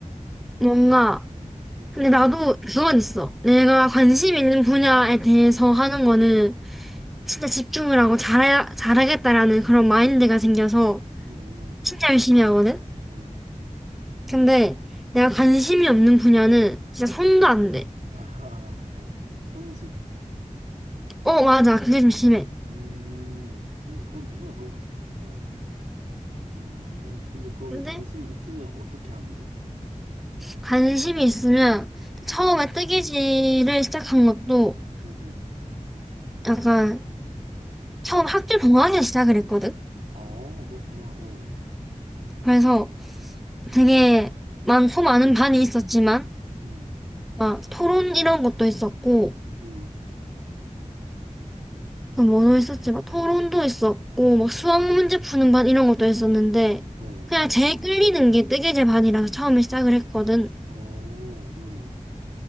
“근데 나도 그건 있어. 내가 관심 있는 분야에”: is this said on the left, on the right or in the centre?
Centre